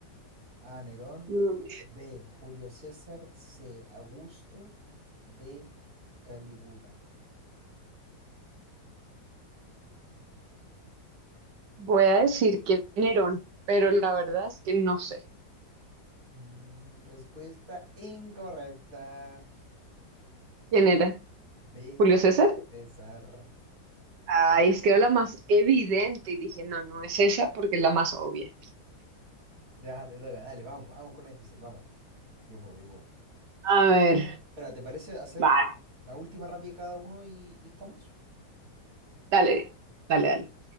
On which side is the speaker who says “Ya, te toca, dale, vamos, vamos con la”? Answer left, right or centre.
Right